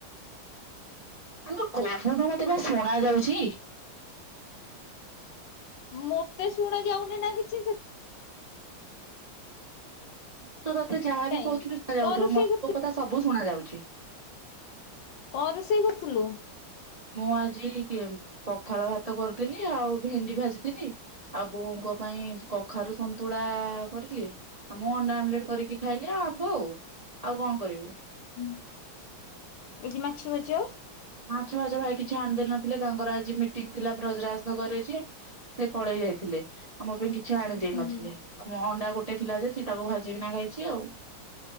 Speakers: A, on the right; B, on the left.
A: ଆଲୋ କହୁନୁ ମତେ ବା ଶୁଣାଯାଉଚି।
B: ମତେ ଶୁଣାଯାଉନି ନା କିଛି ସେ
A: ମୁଁ ତ ତୋତେ ଯାହାବି
B: ସେଥିପାଇଁ।
A: କହୁଥିବି ଶୁଣା ଯାଉଥିବ
B: କଣ ରୋଷେଇ
A: ମତେୋ
B: କରିଥିଲୁ
A: କଥା ସବୁ ଶୁଣା ଯାଉଚି।
B: କଣ ରୋଷେଇ କରୁଥୁଲୁ?
A: ମୁଁ ଆଜି ପଖାଳ ଭାତ କରୁଥିଲି ଆଉ ଭେଣ୍ଡି ଭାଜିଥିଲି। ଆଉ ବୋଉଙ୍କ ପାଇଁ କଖାରୁ ସନ୍ତୁଳା କରିଲି ଆଉ ମୁଁ ଅଣ୍ଡା ଆମଲେଟ କରିକି ଖାଇଲି ଆଉ ଆମ୍ବ ଆଉ ଆଉ କଣ କରିବି?
B: <unintelligible> ମାଛ ଫାଚ
A: ମାଛ ଫାଚ ଭାଇ କିଛି ଆଣି ଦେଇନଥିଲେ ତାଙ୍କର ଆଜି ମିଟିଂ ଥିଲା ବ୍ରଜରାଜନଗର ରେ ଯେ ସେ ପଳେଇ ଯାଇଥିଲେ ଆ ମୋ ପାଇଁ କିଛି ଆଣି ଦେଇେନଥିଲେ।
B: ହୁଁ
A: ମୁଁ ଅଣ୍ଡା ଗୋଟେ ଥିଲା ଯେ ସେଇଟାକୁ ଭାଜିକିନା ଖାଇଚି ଆଉ।